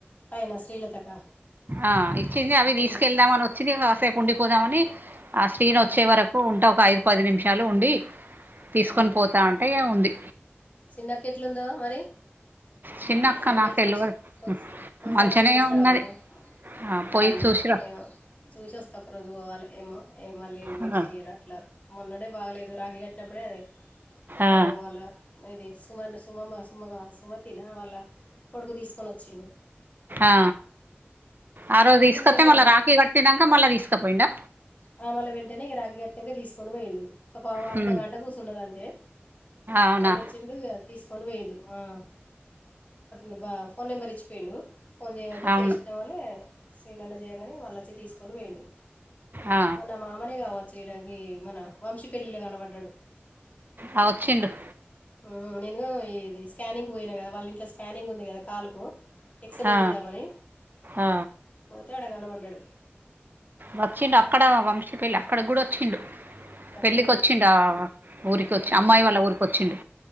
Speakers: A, on the left; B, on the right.
A: పైన శ్రీలతకా
B: ఆ ఇచ్చింది అవి తీసుకెళ్దామన్
A: ఉమ్,
B: వచ్చింది కాసేప్ ఉండి పోదామనీ ఆ శ్రీను
A: ఉమ్,
B: వచ్చే వరకు ఉంట ఒక ఐదు పది నిమిషాలు ఉండి తీస్కొన్
A: ఉమ్.
B: పోతా అంటే ఇగ ఉంది.
A: చిన్నక్క ఎట్లుందో మరి
B: చిన్నక్క
A: ఒక్సార్
B: నాకు
A: పోయి
B: తెల్వదు
A: చూసి ఒక్సార్
B: మంచిగనే
A: పోయి చూసి రావాల్నే
B: ఉన్నది ఆ పోయి
A: దాన్ని
B: చూసిరా
A: ఏమో చూసి వస్తా ఒక రోజు పోవాలె ఏమో ఏ మళ్ళీ
B: ఆ
A: నెక్స్ట్ ఇయర్ అట్లా మొన్ననే బాగలేదు రాఖీ కట్టినప్పుడే అది ఎట్లనో
B: ఆ
A: వాళ్ళ అది సుమన్ సుమమ సుమగ సుమతీన వాళ్ళ కోడుకు తీస్కొన్ వచ్చిండు.
B: ఆ ఆ రోజు తీస్కత్తె
A: మొన్నేడు
B: మళ్ళ రాఖీ కట్టినంక మళ్ళ తీస్కపోయిండా
A: ఆ మళ్ళ వెంటనే ఇగ రాఖీ కట్టినంక తీస్కొన్ పోయిండు. ఒక పావు అర్ధగంట
B: హ్మ్.
A: కూర్చున్నదంతే
B: అవునా
A: మళ్ళొచ్చిండు ఇగ తీసుకు. కొని పోయిండు ఆహ్ ఇంక ఫోన్ నెంబర్ ఇచ్చిపోయిండు. ఫోన్ చేయమంటే
B: అవును
A: చేసిన వళ్లే సినాన్న చేయగానే వాళ్ళు వచ్చి తీసుకొని పోయిండ్రు.
B: ఆ
A: మన మామనే కావచ్చు ఇడాగి మన వంశీపళ్ళిల కనపడ్డాడు.
B: ఆహ్ వచ్చిండు‌.
A: ఉమ్ నేను ఇది స్కానింగ్కి పోయినా కదా వాళ్ళ ఇంట్లో స్కానింగ్ ఉంది కదా కాలుకు. ఎక్స్ రే
B: ఆ
A: తీద్దామని
B: ఆ
A: పోతే అడాగాన పడ్డాడు.
B: వచ్చిండు అక్కడ వంశీ పెళ్లి అక్కడకి కూడా వచ్చిండు.
A: అక్కడికి
B: పెళ్ళికి
A: కూడా
B: వచ్చిండా ఊరికి వచ్చి
A: ఆహాహా.
B: అమ్మాయి వాళ్ళ ఊరికొచ్చిండు.